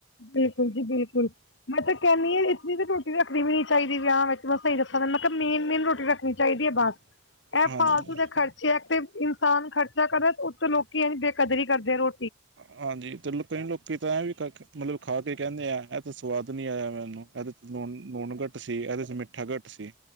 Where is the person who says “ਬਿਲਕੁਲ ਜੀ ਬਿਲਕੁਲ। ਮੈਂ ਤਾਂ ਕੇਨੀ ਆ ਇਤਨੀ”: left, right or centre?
Left